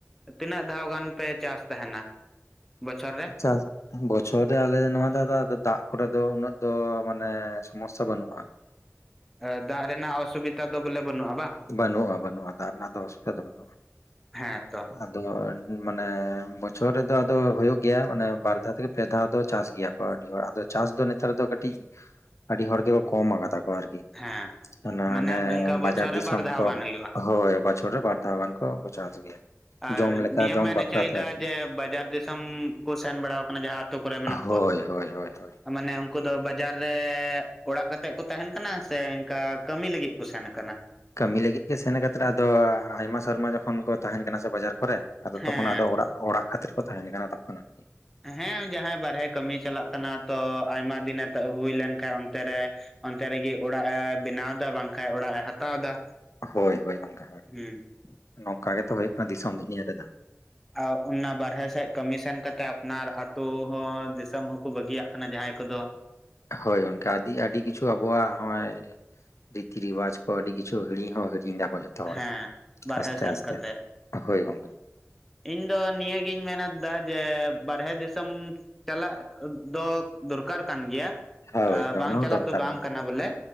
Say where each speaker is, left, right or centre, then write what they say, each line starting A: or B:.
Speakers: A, in the centre; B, on the left.
A: ᱛᱤᱱᱟᱹᱜ ᱫᱷᱟᱣ ᱜᱟᱱ ᱯᱮ ᱪᱟᱥ ᱛᱟᱦᱮᱸᱱᱟ? ᱵᱚᱪᱷᱚᱨ ᱨᱮ
B: ᱪᱟᱥ ᱵᱚᱪᱷᱚᱨ ᱨᱮ ᱟᱞᱮ ᱫᱚ ᱱᱚᱣᱟ ᱫᱷᱟᱨᱮ ᱫᱚ ᱫᱟᱜ ᱠᱚᱨᱮ ᱫᱚ ᱩᱱᱟᱹᱜ ᱫᱚ ᱢᱟᱱᱮ ᱥᱚᱢᱚᱥᱥᱟ ᱵᱟᱹᱱᱩᱜᱼᱟ ᱾
A: <inaudible> ᱮ ᱫᱟᱜ ᱨᱮᱱᱟᱜ ᱚᱥᱩᱵᱤᱛᱟ ᱫᱚ ᱵᱚᱞᱮ ᱵᱟᱱᱩᱜᱼᱟ ᱵᱟᱝ?
B: ᱵᱟᱹᱱᱩᱜᱼᱟ ᱵᱟᱹᱱᱩᱜᱼᱟ ᱫᱟᱜ ᱨᱮᱱᱟᱜ ᱫᱚ ᱚᱥᱩᱵᱤᱫᱷᱟ ᱫᱚ ᱵᱟᱹᱱᱩᱜᱼᱟ
A: ᱦᱮᱸ ᱛᱚ᱾
B: ᱟᱫᱚ ᱢᱟᱱᱮ ᱵᱚᱪᱷᱚᱨ ᱨᱮᱫᱚ ᱟᱫᱚ ᱦᱳᱭᱳᱜ ᱜᱮᱭᱟ ᱚᱱᱮ ᱵᱟᱨ ᱫᱷᱟᱣ ᱛᱷᱮᱠᱮ ᱯᱮ ᱫᱷᱟᱣ ᱫᱚ ᱪᱟᱥ ᱜᱮᱭᱟ ᱠᱚ, ᱟᱹᱰᱤ ᱦᱚᱲ ᱟᱫᱚ ᱪᱟᱥ ᱫᱚ ᱱᱮᱛᱟᱨ ᱫᱚ ᱠᱟᱹᱴᱤᱡ ᱟᱹᱰᱤ ᱦᱚᱲ ᱜᱮᱠᱚ ᱠᱚᱢ ᱠᱟᱫᱟ ᱠᱚ ᱟᱨᱠᱤ
A: ᱦᱮᱸ
B: ᱚᱱᱟ
A: ᱢᱟᱱᱮ
B: ᱚᱱᱮ
A: ᱤᱱᱠᱟ ᱵᱚᱪᱷᱚᱨ
B: ᱵᱟᱡᱟᱨ
A: ᱨᱮ
B: ᱫᱤᱥᱚᱢ
A: ᱵᱟᱨ ᱫᱷᱟᱣ
B: ᱠᱚ
A: ᱜᱟᱱ ᱦᱩᱭᱩᱜᱼᱟ
B: ᱦᱳᱭ ᱵᱚᱪᱷᱚᱨ ᱨᱮ ᱵᱟᱨ ᱫᱷᱟᱣ ᱜᱟᱱ ᱠᱚ ᱪᱟᱥ ᱜᱮᱭᱟ᱾
A: ᱟᱨ
B: ᱡᱚᱢ ᱞᱮᱠᱟ
A: ᱱᱤᱭᱟᱹᱢ
B: ᱡᱚᱢ
A: ᱢᱮᱱ
B: ᱵᱟᱠᱷᱨᱟ
A: ᱦᱚᱪᱚᱭᱫᱟ
B: ᱛᱮ ᱟᱨᱠᱤ
A: ᱡᱮ, ᱵᱟᱡᱟᱨ ᱫᱤᱥᱚᱢ ᱠᱚ ᱥᱮᱱ ᱵᱟᱲᱟ ᱠᱟᱱᱟ, ᱡᱟᱦᱟᱸ ᱟᱛᱳ ᱠᱚᱨᱮ ᱢᱮᱱᱟᱜ
B: ᱦᱳᱭ
A: ᱠᱚᱣᱟ
B: ᱦᱳᱭ ᱦᱳᱭ ᱦᱳᱭ
A: ᱢᱟᱱᱮ ᱩᱱᱠᱩ ᱫᱚ ᱵᱟᱡᱟᱨ ᱨᱮ, ᱚᱲᱟᱜ ᱠᱟᱛᱮᱜ ᱠᱚ ᱛᱟᱦᱮᱱ ᱠᱟᱱᱟ ᱥᱮ, ᱚᱱᱠᱟ ᱠᱟᱹᱢᱤ ᱞᱟᱹᱜᱤᱫ ᱠᱚ ᱥᱮᱱ ᱠᱟᱱᱟ?
B: ᱠᱟᱹᱢᱤ ᱞᱟᱹᱜᱤᱫ ᱜᱮ ᱥᱮᱱ ᱠᱟᱛᱮ ᱟᱫᱚ, ᱟᱭᱢᱟ ᱥᱮᱨᱢᱟ ᱡᱚᱠᱷᱚᱱ ᱠᱚ ᱛᱟᱦᱮᱸᱱ ᱠᱟᱱᱟ, ᱥᱮ ᱵᱟᱡᱟᱨ ᱠᱚᱨᱮ ᱟᱫᱚ
A: ᱦᱮᱸ
B: ᱛᱚᱠᱷᱚᱱ ᱟᱫᱚ ᱚᱲᱟᱜ, ᱚᱲᱟᱜ ᱠᱷᱟᱹᱛᱤᱨ ᱠᱚ ᱛᱟᱦᱮᱸᱱ ᱠᱟᱱᱟ ᱛᱚᱠᱷᱚᱱ ᱟᱨᱠᱤ
A: ᱦᱮᱸ ᱡᱟᱦᱟᱸᱭ ᱵᱟᱨᱦᱮ ᱠᱟᱹᱢᱤ ᱪᱟᱞᱟᱜ ᱠᱟᱱᱟ, ᱛᱚ ᱟᱭᱢᱟ ᱫᱤᱱᱮ ᱦᱩᱭ ᱞᱮᱱᱠᱷᱟᱱ ᱚᱱᱛᱮᱨᱮ ᱚᱱᱛᱮ ᱨᱮᱜᱮ ᱚᱲᱟᱜ ᱮ ᱵᱮᱱᱟᱣ ᱫᱟ ᱵᱟᱝᱠᱷᱟᱱ ᱚᱲᱟᱜ ᱮ ᱦᱟᱛᱟᱣ ᱫᱟ᱾
B: ᱦᱳᱭ ᱦᱳᱭ ᱜᱚᱝᱠᱮ, ᱦᱳᱭ
A: ᱦᱩᱸ
B: ᱱᱚᱝᱠᱟ ᱜᱮᱛᱚ ᱦᱩᱭᱩᱜ ᱠᱟᱱᱟ ᱫᱤᱥᱚᱢ ᱫᱩᱱᱭᱟᱹ ᱨᱮᱫᱚ
A: ᱚᱸ ᱚᱱᱟ ᱵᱟᱨᱦᱮ ᱥᱮᱜ ᱠᱟᱹᱢᱤ ᱥᱮᱱ ᱠᱟᱛᱮᱜ ᱟᱯᱱᱟᱨ ᱟᱛᱳ ᱦᱚᱸ, ᱫᱤᱥᱚᱢ ᱦᱚᱸᱠᱚ ᱵᱟᱹᱜᱤᱭᱟᱜ ᱠᱟᱱᱟ᱾ ᱠᱟᱱᱟ, ᱡᱟᱦᱟᱸᱭ ᱠᱚᱫᱚ
B: ᱦᱳᱭ ᱜᱚᱝᱠᱮ ᱟᱹᱰᱤ ᱟᱹᱰᱤ ᱠᱤᱪᱷᱩ ᱟᱵᱚᱣᱟᱜ ᱦᱚᱜᱼᱚᱭ ᱨᱤᱛᱤ ᱨᱮᱣᱟᱡᱽ ᱠᱚ ᱟᱹᱰᱤ ᱠᱤᱪᱷᱩ ᱦᱤᱲᱤᱧ ᱦᱚᱸ ᱦᱤᱲᱤᱧ ᱫᱟᱠᱚ ᱡᱷᱚᱛᱚ ᱦᱚᱲ
A: ᱦᱮᱸ ᱵᱟᱨᱦᱮ
B: ᱟᱥᱛᱮ
A: ᱥᱮᱱ
B: ᱟᱥᱛᱮ,
A: ᱠᱟᱛᱮᱜ
B: ᱦᱳᱭ ᱜᱚᱝᱠᱮ
A: ᱤᱧ ᱫᱚ ᱱᱤᱭᱟᱹᱜᱤᱧ ᱢᱮᱱᱮᱫᱟ ᱡᱮ ᱵᱟᱨᱦᱮ ᱫᱤᱥᱚᱢ ᱪᱟᱞᱟᱜ ᱫᱚ ᱫᱚᱨᱠᱟᱨ ᱠᱟᱱ ᱜᱮᱭᱟ
B: ᱦᱳᱭ
A: ᱾ ᱵᱟᱝ
B: ᱚᱱᱟ ᱦᱚᱸ
A: ᱪᱟᱞᱟᱜ
B: ᱫᱚᱨᱠᱟᱨ
A: ᱫᱚ ᱵᱟᱝ
B: ᱜᱮ
A: ᱠᱟᱱᱟ ᱵᱚᱞᱮ